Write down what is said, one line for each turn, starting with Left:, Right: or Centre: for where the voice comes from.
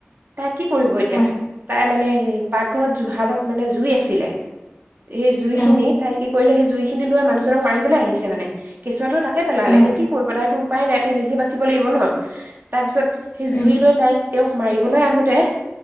Right: তাই কি কৰিব এতিয়া।
Left: অ',
Right: তাই মানে, হেৰি পাকঘৰত জুহালত মানে জুই আছিলে। সেই জুই
Left: অ',
Right: খিনি তাই কি কৰিলে সি জুই খিনি লৈ মানুহজনক মাৰিবলৈ আহিছে মানে। কেঁচুৱাটো তাতে পালালে
Left: অ',
Right: এতিয়া কি কৰিব। তাইতটো উপাই নাই তাই নিজে বাচিব লাগিব ন। তাৰ পিছত সেই
Left: উম,
Right: জুই লৈ তাইক তেওঁক মাৰিবলৈ আহোতে